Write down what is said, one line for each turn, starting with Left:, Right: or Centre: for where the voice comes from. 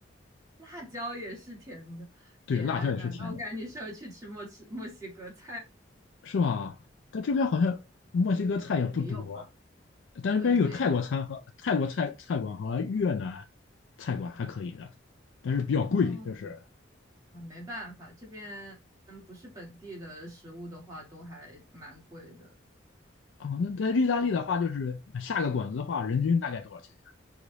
Right: 辣椒也是甜的，
Left: 对，
Right: 天呐，
Left: 辣椒也是甜的，
Right: 那我感觉你适合去吃墨吃墨西哥菜，
Left: 是吧？但这边好像墨西哥菜也不多，
Right: 没有吧？
Left: 但是这边有泰国餐和泰国菜菜馆和越南
Right: 对，没有。
Left: 菜馆还可以的，但是比较贵，
Right: 哦，
Left: 就是
Right: 对啊，没办法，这边不是本地的食物的话，都还蛮贵的。
Left: 哦，那在意大利的话，就是呃下个馆子的话，人均大概多少钱呀？